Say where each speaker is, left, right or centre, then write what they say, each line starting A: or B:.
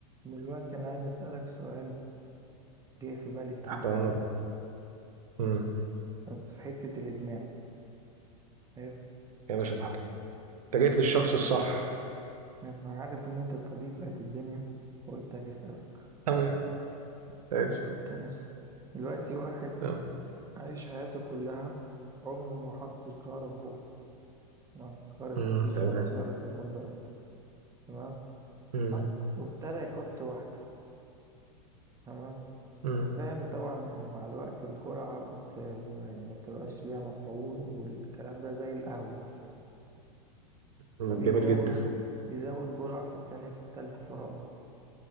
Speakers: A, on the right; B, on the right.
A: دلوقتي أنا عايز أسألك سؤال جه في بالي كتير
B: تحت امرك امم
A: بس في حتة الإدمان أيوه
B: يا باشا تحت أمرك. انت جيت للشخص الصح
A: أنا عارف إن أنت طبيب قد الدنيا فقلت أجي أسألك
B: تمام كويس
A: حلو الكلام دلوقتي واحد
B: آه.
A: عايش حياته كلها عمره ما حط سيجارة في بقه تمام سيجارة
B: امم
A: حشيش
B: تمام
A: أو سيجارة مخدرات تمام
B: امم
A: حط وابتدى يحط واحدة تمام
B: امم
A: أنا فاهم طبعا يعني مع الوقت الجرعة بت يعني ما بتبقاش ليها مفعول والكلام ده زي القهوة مثلا
B: جميل
A: فبيزود
B: جدا
A: بيزود جرعة في التانية في التالتة في الرابعة